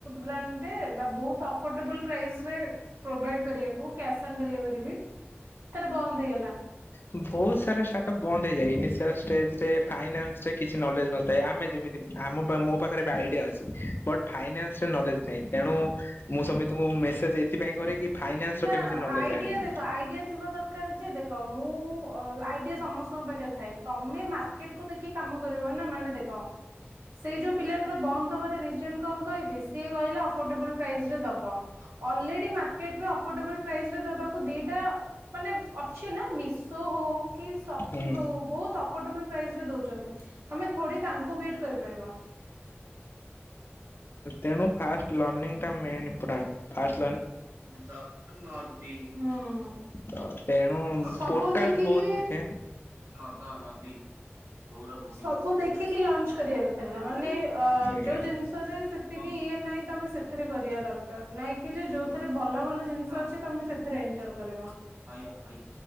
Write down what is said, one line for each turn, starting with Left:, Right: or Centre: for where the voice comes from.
Right: ବ୍ରାଣ୍ଡଟେ ବା ବହୁତ ଅଫୋର୍ଡେବଲ ପ୍ରାଇସ ରେ ପ୍ରୋଭାଇଡ କରିବାକୁ କ୍ୟାସ୍ ଅନ୍ ଡେଲିଭରି। ତାର ବନ୍ଦ ହେଇଗଲା। <unintelligible>
Left: ବହୁତ ସାରା ଷ୍ଟାର୍ଟ ଅପ ବନ୍ଦ ହେଇଯାଏ ଇନିସିଆଲ ଷ୍ଟେଜରେ ଫାଇନାନ୍ସ ରେ କିଛି ନଲେଜ ନଥାଏ ଆମେ ଯେମିତି ଆମ ମୋ ପାଖରେ ଆଇଡିଆ ଅଛି ବଟ୍ ଫାଇନାନ୍ସ ରେ ନଲେଜ ନାହିଁ ତେଣୁ ମୁଁ ସମିତିଙ୍କୁ ମେସେଜ ଏଥିପାଇଁ କରେ କି। ଫାଇନାନ୍ସ ର
Right: ନା
Left: କେମିତି ନଲେଜ
Right: ଆଇଡିଆ
Left: ଆଣିବି
Right: ଦେଖ ଆଇଡିଆ ଥିବା ଦରକାର ଯେ ଦେଖ ମୁଁ। ଆଇଡିଆ ସମସ୍ତଙ୍କ ପାଖରେ ଥାଏ ତମେ ମାର୍କେଟ କୁ ଦେଖି କାମ କରିବ ନା ମାନେ ଦେଖ ସେଇ ଯୋଉ ପିଲାଟ ର ବନ୍ଦ ହବାର ରିଜନ କଣ କହିବେ ସିଏ କହିଲେ ଅଫୋର୍ଡବଲ ପ୍ରାଇସରେ ଦବ ଅଲରେଡି ନାମରେ ଅଫଟେବୁଲ ପ୍ରାଇଜରେ ଦବାକୁ ଦିଟା ମାନେ ଅଛି ନା ମିଶୋ ହଉ ହଉ କି ସସ୍ସି
Left: ହୁଁ
Right: ହଉ ବହୁତ ଅଫୋଟବଲ ପ୍ରାଇଜରେ ଦଉଛନ୍ତି। ତମେ ଥୋଡି ତାଙ୍କୁ ୱେଟ କରିପାରିବା।
Left: ତେଣୁ ଫାଷ୍ଟ ଲନିଙ୍ଗଟା ମେନ ଇମ୍ପେଟାଣ୍ଟ
Right: ଦବୁ ନଦି ହଁ
Left: ତ ତେଣୁ
Right: ସବୁ
Left: ପୋଡକାଷ୍ଟ
Right: ଦେଖିକି,
Left: ବହୁତ ଦେଖେ।
Right: ନଦ ନଦି କୋଉଠି ଲଞ୍ଚ କରିବାର ଥିଲା ମାନେ ଅ
Left: ଆଜ୍ଞା।
Right: ଯୋଉ ଜିନିଷରେ ସେ ଏତିକି ଇଏ ନାଇଁ ତମେ ସେଥିରେ କରିବା ଦରକାର ନାଇଁ କି ଯେ ଯୋଉ ଥିରେ ଭଲ ଭଲ ଜିନିଷ ଅଛି ତମେ ସେଥିରେ ଇଣ୍ଟର କରିବ ହ୍ୟ ହଇ